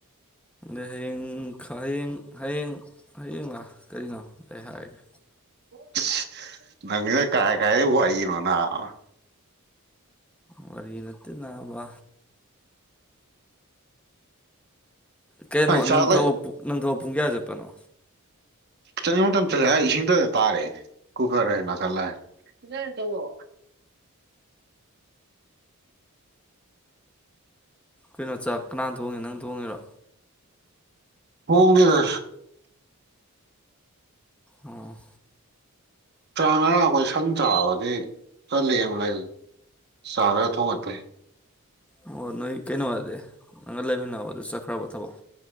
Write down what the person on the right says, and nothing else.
ꯄꯁ ꯅꯪꯅ ꯀꯥꯏ ꯀꯥꯏꯗꯩ ꯋꯥꯔꯤꯅꯣ ꯅꯥꯕ
ꯑꯩ ꯆꯥꯛꯂ
ꯆꯠꯅꯤꯡꯕ ꯃꯇꯝꯗ ꯑꯩ ꯏꯁꯤꯡꯗ ꯇꯥꯔꯦ ꯀꯨꯀꯔ ꯍ ꯅꯥꯀꯜꯂ ꯐꯖꯅ ꯇꯧꯋꯣ
ꯊꯣꯡꯗꯦꯗ
ꯆꯥ ꯉꯔꯥꯡ ꯑꯩꯈꯣꯏ ꯁꯪ ꯆꯥꯕꯗꯤ ꯆꯠꯂꯤ ꯑꯃ ꯂꯩ ꯁꯥ ꯈꯔ ꯊꯣꯡꯒꯠꯄꯩ